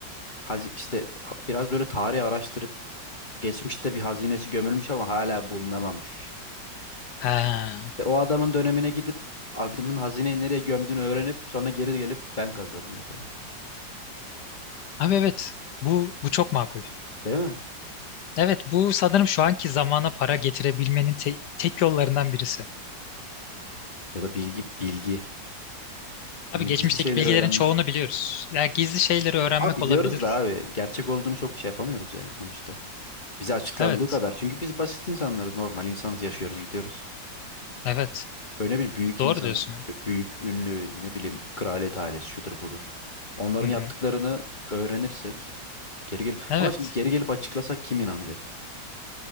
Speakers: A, on the left (about 30°); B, on the left (about 70°).
A: hazi işte biraz böyle tarihi araştırıp işte geçmişte bir hazinesi gömülmüş ama hala bulunamamış.
B: Ha.
A: İşte o adamın dönemine gidip adamın hazineyi nereye gömdüğünü öğrenip sonra geri gelip ben kazarım mesela.
B: Abi evet. Bu, bu çok makul.
A: Değil mi?
B: Evet bu sanırım şu anki zamana para getirebilmenin te- tek yollarından birisi.
A: Ya da bilgi bilgi.
B: Abi
A: Hı,
B: geçmişteki
A: Gizli şeyleri
B: bilgilerin
A: öğrenmek.
B: çoğunu biliyoruz. Ya gizli şeyleri öğrenmek
A: Ama biliyoruz
B: olabilir.
A: da abi gerçek olduğunu çok şey yapamıyoruz yani sonuçta. Bize açıklandığı
B: Evet.
A: kadar. Çünkü biz basit insanlarız, normal insanız, yaşıyoruz, gidiyoruz.
B: Evet.
A: Öyle bir büyük
B: Doğru
A: insan,
B: diyorsun.
A: işte büyük ünlü ne bileyim kraliyet ailesi şudur budur. Onların
B: Hı hı.
A: yaptıklarını öğrenirsek geri gelip
B: Evet.
A: ama şimdi geri gelip açıklasak kim inanacak?